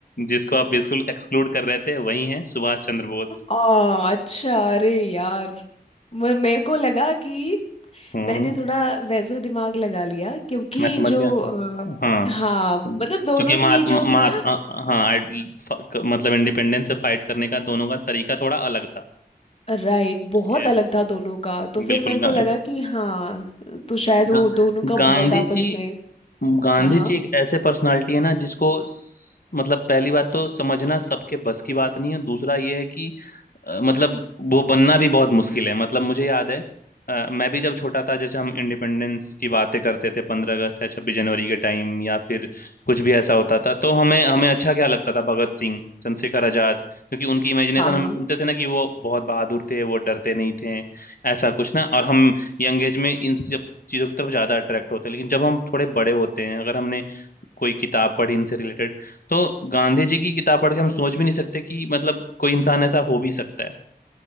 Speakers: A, on the left; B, on the left.
A: जिसको आप बिल्कुल एक्सक्लूड कर रहे थे वही है सुभाष चंद्र बोस
B: आ, अच्छा अरे यार मे- मेरे को लगा कि
A: हम्म
B: मैंने
A: हम्म,
B: थोड़ा वैसे दिमाग लगा लिया क्योंकि
A: मैं समझ
B: जो
A: गया
B: अ,
A: हाँ
B: हाँ मतलब
A: क्योंकि
B: दोनों
A: मात,
B: की
A: मात,
B: जो थी ना
A: अ- अ- हाँ आइड- फ- क- मतलब इंडिपेंडेंस से फाइट करने का दोनों का तरीका थोड़ा अलग था
B: राइट बहुत
A: ये
B: अलग था दोनों का तो फिर
A: बिल्कुल
B: मेरे को
A: गा,
B: लगा कि हाँ तो शायद वो
A: गा,
B: दोनों का बहुत
A: गांधी
B: आपस
A: जी
B: में
A: गांधी
B: हाँ हाँ
A: जी एक ऐसे पर्सनालिटी है ना जिसको स- मतलब पहली बात तो समझना सबके बस की बात नहीं है दूसरा ये है कि अ, मतलब वो बनना भी बहुत मुश्किल है मतलब मुझे याद है अ, मैं भी जब छोटा था जैसे हम इंडिपेंडेंस की बातें करते थे पंद्रह अगस्त या छब्बीस जनवरी के टाइम या फिर कुछ भी ऐसा होता था तो हमें हमें अच्छा क्या लगता था भगत सिंह चंद्रशेखर आजाद क्योंकि उनकी इमेजिनेशन
B: हाँ
A: हम
B: हाँ
A: सुनते थे ना कि वो बहुत बहादुर थे वो डरते नहीं थे ऐसा कुछ ना और हम यंग एज में इन सब चीज़ों की तरफ ज़्यादा अट्रैक्ट होते हैं लेकिन जब हम थोड़े बड़े होते हैं अगर हमने कोई किताब पढ़ी इनसे रिलेटेड तो गांधी जी की किताब पढ़ के हम सोच भी नहीं सकते कि मतलब कोई इंसान ऐसा हो भी सकता है